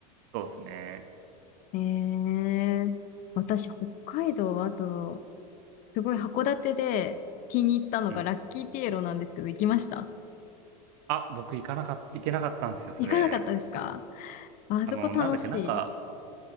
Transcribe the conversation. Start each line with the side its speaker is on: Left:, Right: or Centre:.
Right: そうですね。
Left: えー、私、北海道、あと、すごい函館で気に入ったのがラッキーピエロなんですけど、
Right: うん。
Left: 行きました
Right: あ、僕行かなかっ行けなかったんですよ、それ。
Left: 行かなかったですかあそこ楽しい。
Right: あの、なんだっけ、なんか、